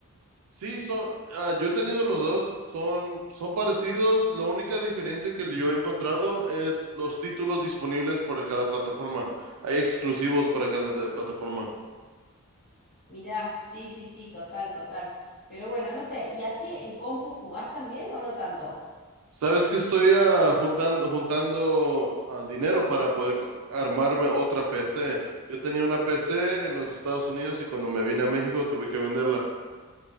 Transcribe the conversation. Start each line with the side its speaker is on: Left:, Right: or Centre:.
Right: Sí, son, ah, yo he tenido los dos, son, son parecidos. La única diferencia que yo he encontrado es los títulos disponibles para cada plataforma. Hay exclusivos para cada de- plataforma.
Left: Mirá, sí, sí, sí, total, total. Pero bueno, no sé, ¿y así en compu jugás también o no tanto?
Right: Sabes que estoy juntando juntando ah, dinero para poder co- armarme otra PC. Yo tenía una PC en los Estados Unidos y cuando me vine a México tuve que venderla.